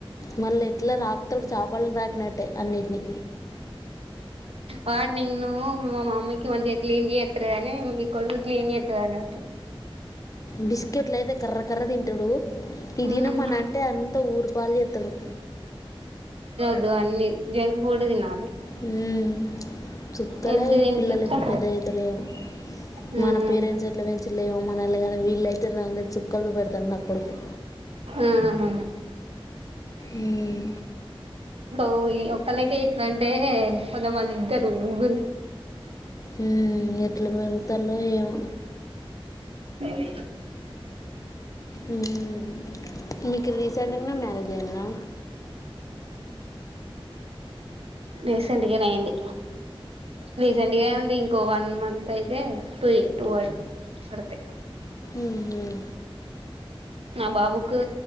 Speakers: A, on the left (about 35°); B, on the right (about 80°).
A: మళ్ళీ ఎట్లా రాకుతాడు చపాలని రా న్నట్టే అన్నిటినీ
B: వాడు నిన్ను మామ్మకి మంచిగా క్లీన్ చేయస్తంది కాని మీ కొడుకు క్లీన్ చేస్తుంది అన్నట్టు
A: బిస్కెట్ల్ అయితే కర్ర క్కర్ర తింటాడు తిరిగి
B: ఉమ్
A: రమ్మని అంటే అంత ఊరు పాలు చేత్తాడు
B: అ అన్ని జంక్ ఫుడ్ తినాలే
A: ఉం చుక్కలే
B: హెల్తీ తింటే
A: పిల్లలు
B: ఎట్లా
A: ఇప్పుడు పెద్ద అయితరో అని
B: ఉమ్
A: మన పేరెంట్స్ ఎట్లా పెంచి లేమో మనలా కానీ వీళ్ళ అయితేక చుక్కలతో పెడతారు నా కొడుకు
B: ఉమ్
A: ఉం
B: ఒ ఈ ఒక్కళకే ఇట్లా అంటే కొంతమంది ఇద్దరు ముగ్గురు
A: ఉం ఎట్లున్నారో తలో ఏమో
B: <inaudible> ఆ
A: మ్మ్. మీకు రీసెంట్గానే మ్యారేజ్ అయిందా
B: రీసెంట్గానే అయింది రీసెంట్గా ఎం ఉంది ఇంకో వన్ మంత్ అయితే త్రి టూ పడతై
A: మ్మ్.
B: నా బాబుకి